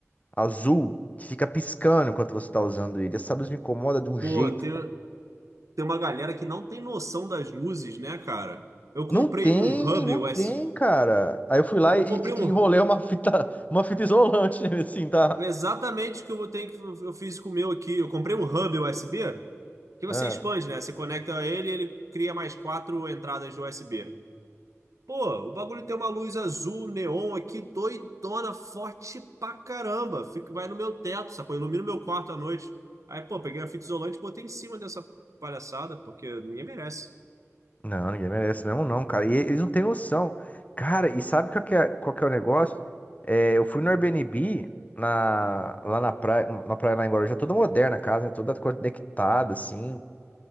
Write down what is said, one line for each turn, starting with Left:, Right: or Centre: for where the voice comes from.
Left: azul que fica piscando enquanto você tá usando ele. Essa luz me incomoda de um
Right: Pô,
Left: jeito,
Right: tem,
Left: cara.
Right: tem uma galera que não tem noção das luzes, né, cara? Eu comprei
Left: Não tem,
Right: um hub
Left: não
Right: USB.
Left: tem, cara. Aí eu fui lá
Right: Eu
Left: e,
Right: comprei
Left: e-
Right: um.
Left: e enrolei uma fita, <laughs> uma fita isolante, <laughs> assim, tá?
Right: Exatamente o que eu vou ter que eu fiz com o meu aqui. Eu comprei um hub USB que
Left: Ah.
Right: você expande, né? Você conecta ele, e ele cria mais quatro entradas de USB. Pô, o bagulho tem uma luz azul neon aqui, doidona, forte pra caramba. Fica, vai no meu teto, sacou? Ilumina o meu quarto à noite. Aí, pô, peguei a fita isolante e botei em cima dessa palhaçada, porque ninguém merece.
Left: Não, ninguém merece mesmo não, cara. E eles não têm noção. Cara, e sabe qual que é, qual que é o negócio? É, eu fui no Airbnb na, lá na praia, na praia lá em Guarujá, toda moderna a casa, né? Toda conectada, assim.